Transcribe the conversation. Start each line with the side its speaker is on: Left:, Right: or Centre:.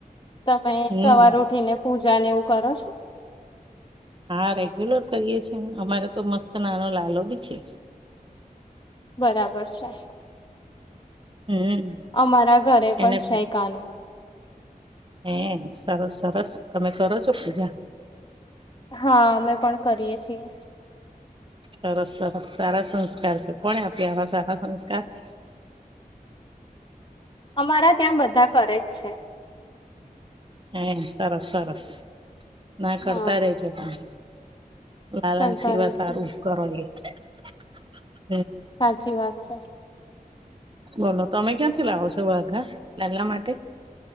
Left: તમે
Right: હમ
Left: સવારે ઉઠીને પૂ જાને એવું કરો છો.
Right: હા, રેગ્યુલર કરીએ છીએને અમારે તો મસ્ત નાનો લાલો બી છે.
Left: બરાબર છે.
Right: હમ
Left: અમારા ઘરે પણ
Right: એને
Left: છે કાનો.
Right: હે સરસ સરસ તમે કરો છો પૂજા?
Left: હા, અમે પણ કરીએ છીએ.
Right: સરસ સરસ સારા સંસ્કાર છે કોને આપ્યા આવા સારા સંસ્કાર? <inaudible>
Left: અમારા ત્યાં બધા કરે જ છે.
Right: હે સરસ સરસ. ના કરતા
Left: હા
Right: રેજો પણ લાલાની
Left: કરતા
Right: સિવાય
Left: રહીશું
Right: સારું કરો એ. <unintelligible>
Left: સાચી વાત છે.
Right: બોલો તમે ક્યાંથી લાવો છો વાઘા લાલલા માટે.